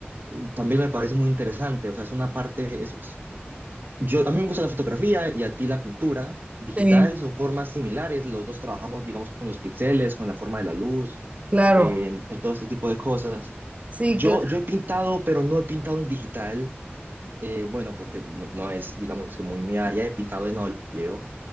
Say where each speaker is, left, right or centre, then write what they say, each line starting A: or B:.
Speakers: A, on the right (about 45°); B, on the right (about 30°).
A: eh, también me parece muy interesante. O sea, es una parte, es Yo, a mí me gusta la fotografía y a ti la pintura digital,
B: sí,
A: son formas similares, los dos trabajamos, digamos, con los píxeles, con la forma de la luz,
B: claro,
A: en, en todo este tipo de cosas.
B: sí,
A: Yo,
B: claro.
A: yo he pintado, pero no he pintado en digital, eh, bueno, porque no, no es, digamos, que muy mi área, he pintado en óleo.